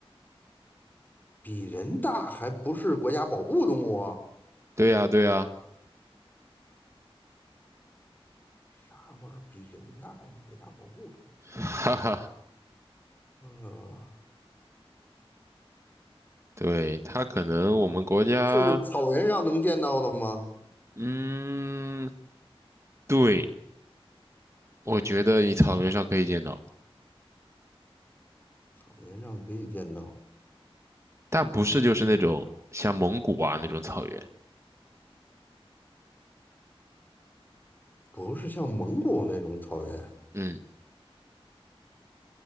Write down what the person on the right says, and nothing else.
对呀对呀，
<laughs> 哈哈，
对，它可能我们国家，
嗯，对，我觉得你草原上可以见到，
但不是就是那种像蒙古啊那种草原，
嗯，